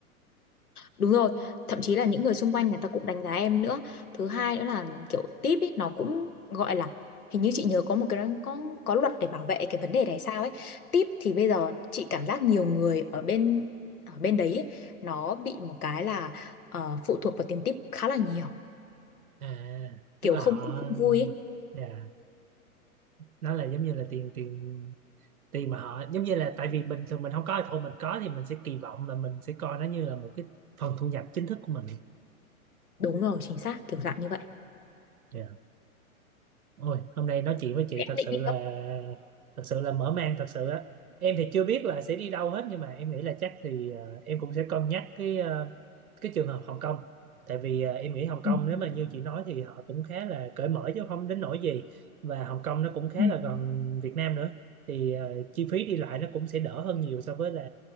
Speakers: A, on the left (about 80°); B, on the right (about 70°).
A: đúng rồi thậm chí là những người xung quanh người ta cũng đánh giá em nữa thứ hai nữa là kiểu tip ấy, nó cũng gọi là hình như chị nhớ có một cái có có luật để bảo vệ cái vấn đề này sao ấy tip thì bây giờ chị cảm giác nhiều người ở bên ở bên đấy ấy, nó bị một cái là ờ, phụ thuộc vào tiền tip khá là nhiều
B: à tức
A: kiểu
B: là
A: không
B: họ
A: thích không vui ấy.
B: dạ nó là giống như là tiền tiền thì mà họ giống như là tại vì bình thường mình không có thì thôi mình có thì mình sẽ kỳ vọng là mình sẽ coi nó như là một cái phần thu nhập chính thức của mình
A: Đúng rồi, chính xác, kiểu dạng như vậy.
B: yeah. Ôi hôm nay nói chuyện với chị
A: em
B: thật
A: định
B: sự
A: đi
B: là
A: đâu
B: thật sự là mở mang thật sự á em thì chưa biết là sẽ đi đâu hết nhưng mà em nghĩ là chắc thì ờ, em cũng sẽ cân nhắc cái ờ, cái trường hợp Hồng Kông tại vì ờ, em nghĩ Hồng Kông
A: ừ.
B: nếu mà như chị nói thì họ cũng khá là cởi mở chứ không đến nỗi gì và Hồng Kông nó cũng khá
A: Ừ.
B: là gần Việt Nam nữa thì ờ, chi phí đi lại nó cũng sẽ đỡ hơn nhiều so với là